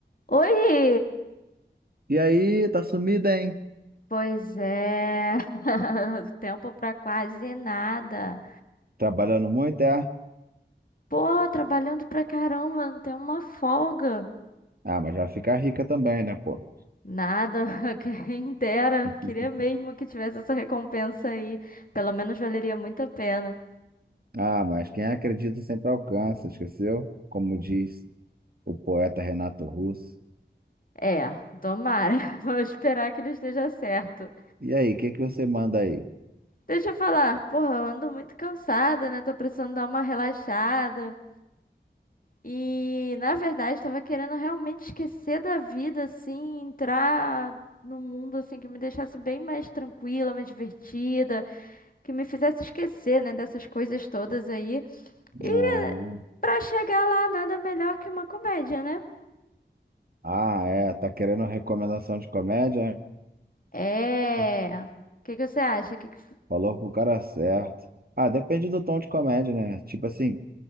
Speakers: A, on the left (about 50°); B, on the right (about 55°).
A: Oi!
B: E aí, tá sumida, hein?
A: Pois é, <laughs> tempo pra quase nada.
B: Trabalhando muito, é?
A: Pô, trabalhando pra caramba, não tem uma folga.
B: Ah, mas vai ficar rica também, né, pô?
A: Nada, <laughs> quem dera.
B: <laughs>
A: Queria mesmo que tivesse essa recompensa aí. Pelo menos valeria muito a pena.
B: Ah, mas quem acredita sempre alcança, esqueceu? Como diz o poeta Renato Russo.
A: É, tomara. <laughs> Vou esperar que ele esteja certo.
B: E aí, o que que você manda aí?
A: Deixa eu falar, porra, eu ando muito cansada, né? Tô precisando dar uma relaxada. E na verdade estava querendo realmente esquecer da vida, assim, entrar num mundo assim que me deixasse bem mais tranquila, mais divertida, que me fizesse esquecer, né, dessas coisas todas aí.
B: Não.
A: E pra chegar lá, nada melhor que uma comédia, né?
B: Ah, é, tá querendo recomendação de comédia?
A: É.
B: né?
A: O que que você acha? Que que...
B: Falou com o cara certo. Ah, depende do tom de comédia, né? Tipo assim,